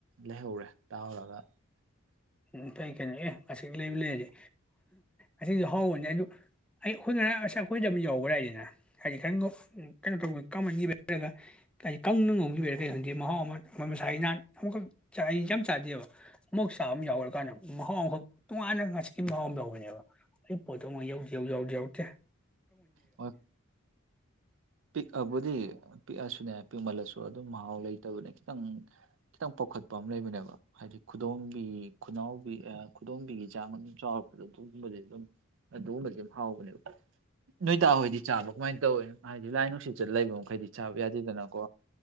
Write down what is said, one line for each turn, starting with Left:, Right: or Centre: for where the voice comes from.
Right: ꯂꯩꯍꯧꯔꯦ ꯇꯥꯔꯒ
Centre: ꯎ ꯀꯩ ꯀꯩꯅꯣ ꯑꯦ ꯑꯁꯤ ꯂꯩꯕ ꯂꯩꯔꯁꯦ ꯑꯁꯤꯁꯨ ꯍꯥꯎꯕꯅꯦ ꯑꯩ ꯍꯣꯏꯅ ꯑꯁ ꯑꯩꯈꯣꯏꯗ ꯑꯃꯨꯛ ꯌꯎꯕ꯭ꯔꯥ ꯍꯥꯏꯗꯅ ꯍꯥꯏꯗꯤ ꯈꯔꯪ ꯎ ꯀꯩꯅꯣ ꯇꯧꯕꯅꯤ ꯀꯥꯃꯟ ꯍꯥꯏꯔꯒ ꯀ ꯀꯪꯅ ꯉꯝꯈꯤꯕꯔꯥ ꯀꯩ ꯈꯪꯗꯦ ꯃꯍꯥꯎ ꯑꯃ ꯑꯩꯣꯏ ꯃꯁꯥ ꯏꯅꯥꯟ ꯑꯃꯨꯛꯈꯛ ꯆꯥꯛ ꯑꯩꯁꯦ ꯌꯥꯝ ꯆꯥꯗꯦꯕ ꯃꯨꯛ ꯆꯥ ꯑꯃ ꯌꯥꯎꯈ꯭ꯔ ꯀꯥꯟꯗ ꯃꯍꯥꯎ ꯑꯃꯈꯛ ꯇꯣꯉꯥꯟꯅ ꯉꯁꯤꯀꯤ ꯃꯍꯥꯎ ꯑꯃ ꯌꯥꯧꯕꯅꯦꯕ ꯑꯩ ꯄꯣꯠꯇꯣ ꯑꯃꯛ ꯌꯧꯖ ꯎꯖꯥꯎꯗꯦꯎꯗꯦ
Right: ꯑꯣ ꯄꯤꯛꯑꯕꯨꯗꯤ ꯄꯤꯛꯑꯁꯨꯅꯦ ꯄꯤꯛꯃꯜꯂꯁꯨ ꯑꯗꯨꯝ ꯃꯍꯥꯎ ꯂꯩꯇꯕꯅꯦ ꯈꯤꯇꯪ ꯈꯤꯇꯪ ꯄꯥꯎꯈꯠꯄ ꯑꯃ ꯂꯩꯕꯅꯦꯕ ꯍꯥꯏꯗꯤ ꯈꯨꯗꯣꯝꯕꯤ ꯈꯨꯅꯥꯎꯕꯤ ꯈꯨꯗꯣꯝꯕꯤꯒꯤ ꯆꯥꯡ ꯑꯗꯨꯝ ꯆꯥꯎꯔꯛꯄꯗꯣ ꯑꯗꯨꯒꯨꯝꯕꯗꯤ ꯑꯗꯨꯝ ꯑꯗꯨꯒꯨꯝꯕꯁ ꯌꯥꯝ ꯍꯥꯎꯕꯅꯦꯕ ꯅꯣꯏ ꯇꯍꯣꯏꯗꯤ ꯆꯥꯕ ꯀꯃꯥꯏꯅ ꯇꯧꯋꯦ ꯍꯥꯏꯗꯤ ꯂꯥꯏ ꯅꯨꯡꯁꯤꯠ ꯂꯩꯕ ꯃꯈꯩꯗꯤ ꯆꯥꯕ ꯌꯥꯗꯦꯗꯅꯀꯣ